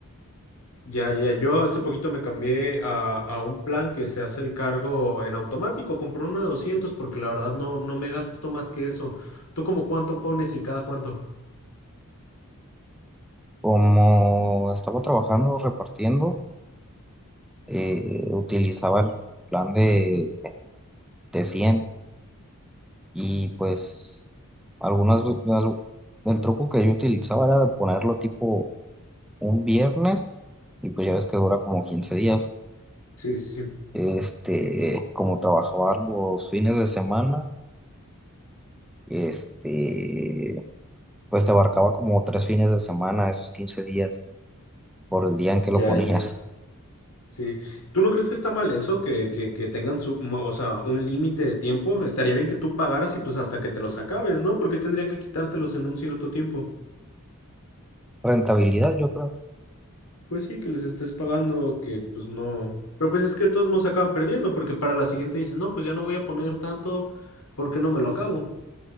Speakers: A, on the left; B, in the centre.
A: Ya, ya, yo hace poquito me cambié a, a un plan que se hace el cargo en automático. Compré uno de 200 porque la verdad no, no me gasto más que eso. ¿Tú como cuánto pones y cada cuánto?
B: Como estaba trabajando repartiendo, eh, utilizaba el plan de, de 100 y pues algunas, al- el truco que yo utilizaba era de ponerlo tipo un viernes y pues ya ves que dura como 15 días.
A: Sí, sí, sí.
B: Este, como trabajaba los fines de semana, este, pues te abarcaba como tres fines de semana, esos 15 días, por el día en que
A: Ya,
B: lo ponías.
A: ya. ya. Sí. ¿Tú no crees que está mal eso? Que, que, que tengan su, mo- o sea, un límite de tiempo. Estaría bien que tú pagaras y pues hasta que te los acabes, ¿no? Porque tendrían que quitártelos en un cierto tiempo.
B: Rentabilidad, yo creo.
A: Pues sí, que les estés pagando, que pues no. Pero pues es que de todos modos acaban perdiendo, porque para la siguiente dices, no, pues ya no voy a poner tanto porque no me lo acabo.